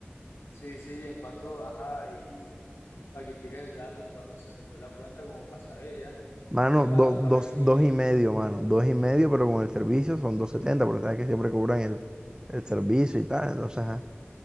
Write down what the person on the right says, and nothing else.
Mano,
do- dos,
dos y medio,
mano. Dos y medio, pero con el servicio son 270, porque sabes que siempre cobran el, el servicio y tal. Entonces, ajá.